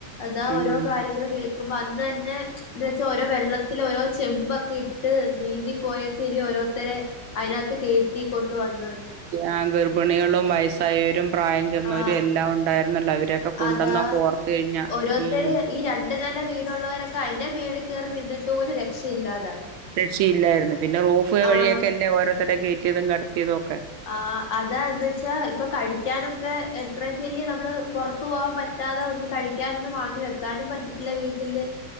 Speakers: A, on the left; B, on the right.
A: അതാ
B: ഉം.
A: ഓരോ കാര്യങ്ങൾ കേക്കുമ്പോ അന്ന് തന്നെ എന്ന് വെച്ചാ ഓരോ വെള്ളത്തില് ഓരോ ചെമ്പൊക്കെ ഇട്ട് നീന്തി പോയേക്കല്ല ഓരോത്തരെ അയിനാത്ത് കേറ്റി കൊണ്ട് വന്നത്
B: ആഹ് ഗർഭിണികളും വയസ്സായോരും പ്രായം ചെന്നോരും
A: ആ
B: എല്ലാം ഉണ്ടായിരുന്നല്ലോ അവരൊക്കെ കൊണ്ടന്നൊക്കെ
A: അതാ
B: ഓർത്തു കഴിഞ്ഞാൽ
A: ഓരോരുത്തര്
B: ഇയ്യോ
A: ഈ രണ്ടു നെല വീടുള്ളോരൊക്കെ അതിന്റെ മേളിൽ കയറി നിന്നിട്ട് പോലും രക്ഷയില്ലാതായി
B: രക്ഷിയില്ലായിരുന്നു പിന്നെ റൂഫ്
A: ആഹ്
B: വഴിയൊക്കെ അല്ലേ ഓരോത്തരെ കയറ്റിയതും കടത്തിയതും ഒക്കെ
A: ആ അതാ എന്ന് വെച്ചാ ഇപ്പൊ കഴിക്കാനൊക്കെ എത്രയും ചെയ്യാ നമ്മള് പുറത്തു പോവാൻ ഒന്നും കഴിക്കാനൊന്നും വാങ്ങി വെക്കാനും പറ്റത്തില്ല വീട്ടില്